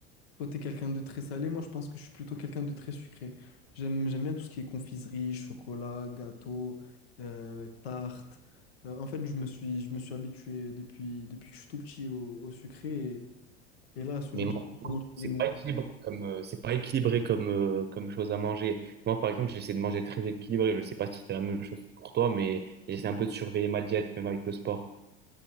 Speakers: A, on the left; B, on the right.
A: Toi, t'es quelqu'un de très salé, moi, je pense que je suis plutôt quelqu'un de très sucré. J'aime, j'aime bien tout ce qui est confiserie, chocolat, gâteau, euh, tarte. Euh, en fait, je me suis, je me suis habitué depuis, depuis que je suis tout petit au, au sucré, et, et là, à ce
B: Mais
A: jour,
B: moi,
A: j'ai pas vraiment changé
B: c'est
A: mes-
B: pas équilibré comme, euh, c'est pas équilibré comme, euh, comme chose à manger. Moi, par exemple, j'essaie de manger très équilibré. Je sais pas si c'est la même chose pour toi, mais j'essaie un peu de surveiller ma diète, même avec le sport.